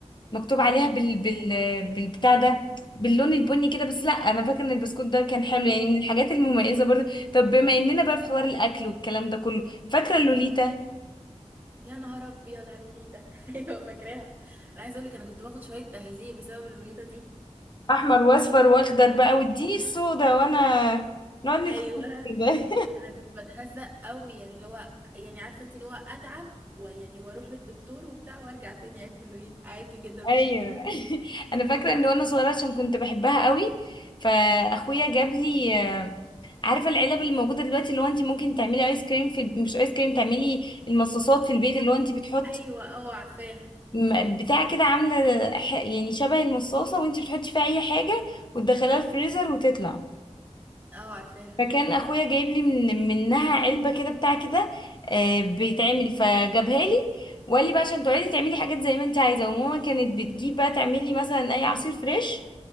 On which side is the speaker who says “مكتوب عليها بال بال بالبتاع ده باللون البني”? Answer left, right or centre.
Left